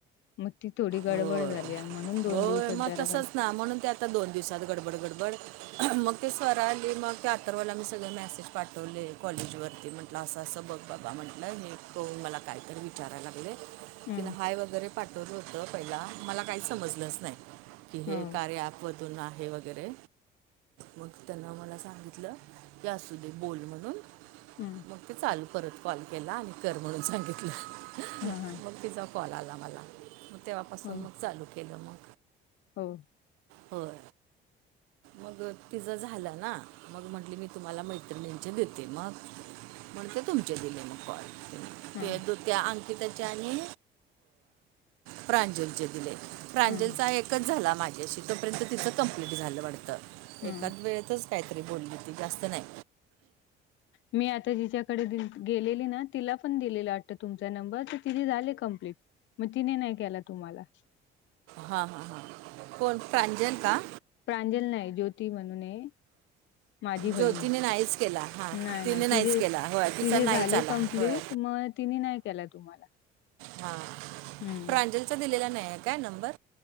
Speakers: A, on the left; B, on the right.
A: मग ते थोडी गडबड
B: होय
A: झाली म्हणून दोन
B: होय
A: दिवसात
B: मग
A: जरा
B: तसंच
A: काय
B: म्हणून ते आता दोन दिवसात गडबड गडबड मग ते स्वआली मग ते अथर्वला मी सगळं मेसेज पाठवलं पाठवले कॉलेजवरती म्हटलं असं असं बघ बाबा म्हटलं हे तो मला काहीतरी विचारायला लागले
A: हम्म
B: तिन हाय वगैरे पाठवलं होत पहिला मला काही समजलंच नाही की हे
A: हो
B: कार्य आप वतून आहे वगैरे मग त्यांन मला सांगितलं ते असू दे बोल म्हणून
A: हम्म
B: मग चालू परत कॉल केला आणि कर म्हणून सांगितलं
A: हा हा
B: मग तिचा कॉल आला मला मग तेव्हापासून
A: हो
B: मग चालू केलं मग.
A: हो
B: बरं मग तिचं झालं ना मग म्हंटली मी तुम्हाला मैत्रिणींचे देते मग मग ते तुमचे दिले मग कॉल
A: हम्म
B: त्या अंकितचे आणि प्रांजलचे दिले प्रांजलचा
A: हम्म
B: एक कट झाला माझ्याशी तोपर्यंत तिथं कंप्लीट झालं वाटतं
A: हम्म
B: एकाद वेळेतच काहीतरी बोलली ती जास्त नाही
A: मी आता जिच्याकडे गेलेली ना तिला पण दिलेलं वाटतं तुमचा नंबर तर तिथे झाले कंप्लीट मग तिने नाही केला तुम्हाला.
B: हा हा हा कोण प्रांजल का?
A: प्रांजल नाही ज्योती म्हणून आहे. माझी बहीण
B: ज्योतीने नाहीच केला हा
A: नाही
B: तिने
A: नाही
B: नाहीच
A: तिजे
B: केला होय तिचा
A: तिजे झाले
B: नाहीच आला
A: कंप्लीट
B: होय.
A: मग तिने नाही केला तुम्हाला.
B: हा
A: हम्म
B: प्रांजलचा दिलेला नाही काय नंबर